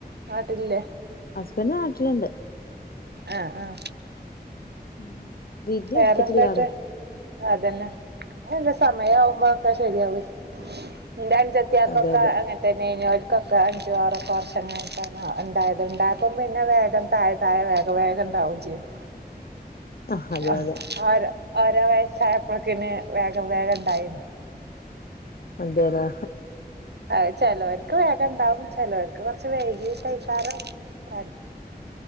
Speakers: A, on the right; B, on the left.
A: നാട്ടില്ലേ
B: ബന്റ് നാട്ടിലുണ്ട്
A: ആ ആ
B: ഉം വിധി
A: വേറെന്താട്ട്
B: എടുത്തിട്ടില്ലാറയാ
A: അതെന്നെ അഇന്റെ സമയമാവുമ്പാപ്പ ശരിയാവ്വെ ന്റൻജത്തിയാക്കൊക്കെ
B: അതെ അതെ
A: അങ്ങൻതെന്നെയ്ന് ഓൽ കൊക്കെ അഞ്ചു ആറൊക്കെ വർഷം കയിഞ്ഞിട്ടാണ് ണ്ടായത്. ണ്ടായപ്പം പിന്ന വേഗം തായ തായ വേഗവേഗം ണ്ടാവേം ചെയ്ത്.
B: ആഹ് അതെ
A: ആ
B: അതെ
A: ആര അവരേ വയസ്സായപ്പൊക്കെന്നെ വേഗം വേഗം ണ്ടായിന്
B: അതെയതെ
A: അയ് ചേലോർക് വേഗം ണ്ടാവും, ചേലോർക്ക് കൊർച് വൈകീട്ടേക്കാരം, <inaudible>